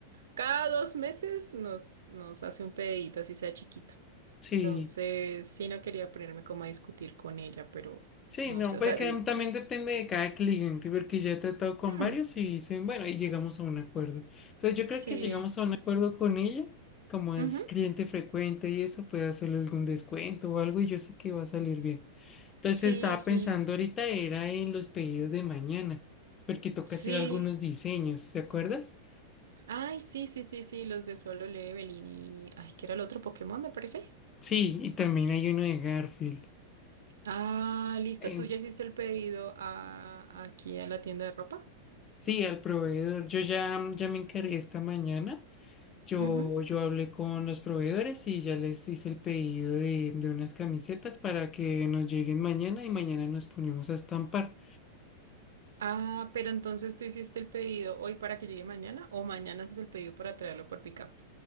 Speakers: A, on the right (about 80°); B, on the left (about 25°).
A: cada dos meses nos, nos hace un pedidito, así sea chiquito.
B: Sí.
A: Entonces, sí, no quería ponerme como a discutir con ella, pero
B: Sí,
A: no
B: no,
A: sé, o
B: pues
A: sea, l-
B: que también depende de cada cliente, porque ya he tratado con
A: hmm,
B: varios y dicen, bueno, y llegamos a un acuerdo. Entonces yo creo
A: sí,
B: que llegamos a un acuerdo con ella, como es
A: ujú,
B: cliente frecuente y eso, puede hacerle algún descuento o algo y yo sé que va a salir bien. Entonces
A: sí,
B: estaba
A: sí,
B: pensando ahorita era en los pedidos de mañana, porque toca
A: sí.
B: hacer algunos diseños, ¿se acuerdas?
A: Ay, sí, sí, sí, sí, los de Solo Leveling y... Ay, ¿qué era el otro Pokémon, me parece.
B: Sí, y también hay uno de Garfield.
A: Ah, listo,
B: En-
A: tú ya hiciste el pedido a, aquí a la tienda de ropa.
B: sí, al proveedor, yo ya, ya me encargué esta mañana. Yo,
A: Ujú.
B: yo hablé con los proveedores y ya les hice el pedido de, de unas camisetas para que nos lleguen mañana y mañana nos ponemos a estampar.
A: Ah, pero entonces tú hiciste el pedido hoy para que llegue mañana o mañana haces el pedido para traerlo por pickup.